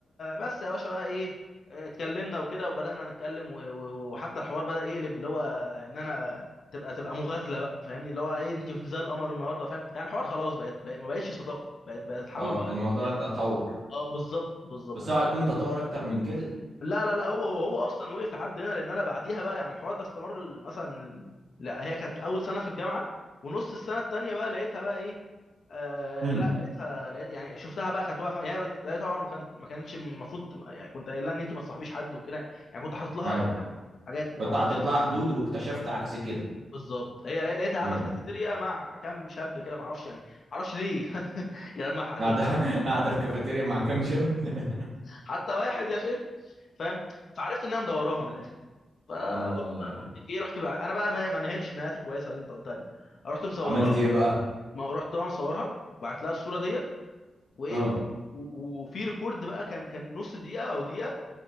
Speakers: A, on the left; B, on the right.
A: بس يا باشا بقى ايه آه، اتكلمنا وكده وبدأنا نتكلم و- و- وحتى الحوار بدأ يقلب اللي هو ان انا تبقى تبقى مغازلة بقى فاهمني اللي هو ايه انت كنت زي القمر النهارده فاهم يعني الحوار خلاص بقت بقت- ما بقتش صداقة بقت بقت تحول
B: اه
A: بقى
B: الموضوع
A: الحوار
B: تطور
A: اه بالظبط بالظبط
B: بس هو هيكون تطور اكتر من كده
A: لا لا لا هو هو اصلا وقف لحد هنا لان انا بعديها بقى يعني الحوار ده استمر ل- مثلا لا هي كانت اول سنه في الجامعه ونص السنه التانيه بقى لقيتها بقى ايه آه
B: امم
A: لا لقيتها لقيت يعني شفتها بقى كانت واقفه هي بت... هي طبعا ما كانت ما كانتش المفروض تبقى- يعني كنت قايل لها ان انت ما تصاحبيش حد وكده يعني كنت حاطط لها
B: ايوه
A: فاهم حاجات تبقى
B: كنت
A: وان
B: حاطط
A: بس
B: لها حدود واكتشفت عكس كده
A: بالظبط هي لقي- لقيتها قاعده
B: ايوه
A: في كافيتيريا مع كام شاب كده ما اعرفش يعني ما اعرفش ليه <laughs> يعني ما حد
B: قاعدة
A: انت حتى
B: <laughs> قاعدة في كافيتيريا مع كام شاب <laughs>
A: حتى واحد يا شيخ فاهم فعرفت انها مدوراها من الاخر فقلت
B: اه
A: بقى بقول لك ايه رحت بقى انا بقى ما ما نهيتش النهايات الكويسه اللي انت قلتها لي رحت مصور
B: عملت
A: لها وبعت
B: ايه بقى
A: لها ما رحت بقى مصورها وبعت لها الصوره ديت وايه
B: اه
A: و- و- وفي ريكورد بقى كان كان نص دقيقه او دقيقه